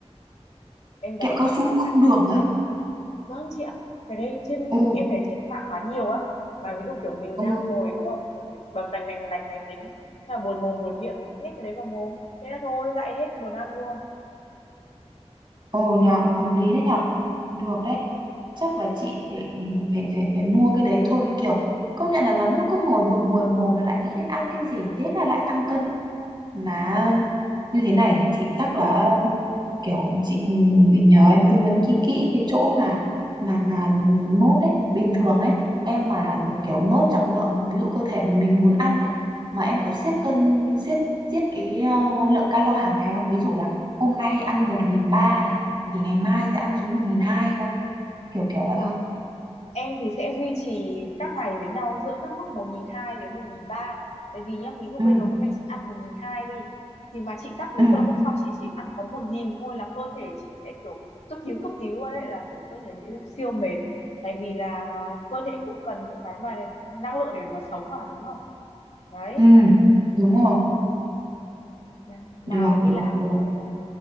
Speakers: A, on the left; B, on the right.
A: em đảm
B: kẹo cao
A: bảo
B: su
A: là
B: không
A: cái đấy.
B: đường á
A: vâng chị ạ cái đấy trên
B: ồ
A: em thấy trên mạng bán nhiều á mà ví dụ kiểu mình
B: ừ
A: đang ngồi đúng không bầm đành đành đành máy tính thế là buồn mồm buồn miệng nhá nhét cái đấy vào mồm thế là thôi lại hết buồn ăn luôn
B: ồ nhờ hợp lý đấy nhờ được đấy chắc là chị phải phải phải phải mua cái đấy thôi kiểu công nhận là lắm lúc cứ ngồi buồn buồn mồm là lại nghĩ đến ăn cái gì thế là lại tăng cân mà như thế này thì chị chắc là kiểu chị ừ, phải nhờ em tư vấn kỹ kỹ cái chỗ mà mà mà nốt ấy bình thường ấy em mà kiểu nốt trọng lượng ví dụ cơ thể mà mình muốn ăn ấy mà em có siết cân siết siết cái ờ, lượng calo hàng ngày không ví dụ là hôm nay ăn một nghìn ba này thì ngày mai sẽ ăn xuống một nghìn hai không kiểu kiểu vậy
A: Thôi
B: không
A: em thì sẽ duy trì các ngày với nhau giữa các mức 1.200 đến 1.300 tại vì nhá ví dụ
B: ừ
A: bây giờ hôm nay chị ăn 1.200 đi thì mà chị cắt đến
B: ừ
A: tận hôm sau chị chỉ ăn có 1.000 thôi là cơ thể chị sẽ kiểu cấp cứu cấp cứu luôn đấy là kiểu cơ thể chị siêu mệt tại vì là cơ thể cũng cần những cái mà năng lượng để mà sống mà đúng không đấy
B: ừ đúng rồi
A: mà,
B: được
A: mà đi
B: được
A: làm
B: được
A: này là